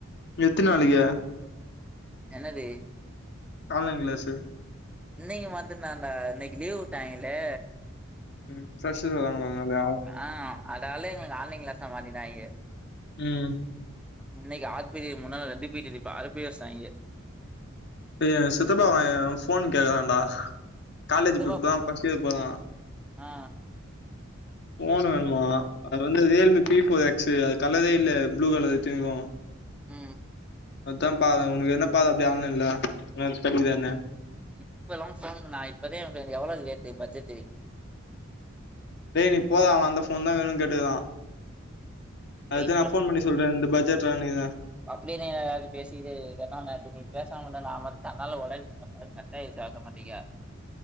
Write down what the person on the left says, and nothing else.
எத்த நாளைக்கே
ஆன்லைன் கிளாஸு
ம் ஃப்ரெஷ் வராங்கள அதனாலையா
ம்
ஏ சித்தப்பா அவ எ ஃபோன் கேக்குறான்டா காலேஜு
இப் இப்ப தா ஃபஸ்ட் இயர் போரா
போனு வேணுமா அது வந்து ரியல்மி பிஃபோர் எக்சு அது கலரே இல்ல ப்ளூ கலர் எத்திருக்கோ
அதா பாத உனக்கு என்ன பாத அப்டி ஆன்லைன்ல நெக்குஸ்டு <unintelligible> என்ன
டேய் நீ போதா அவ அந்த போன் தா வேணுனு கேட்டுக்குறா அது
தா நா போன் பண்ணி சொல்றே இந்த பட்ஜெட்றா நீ தா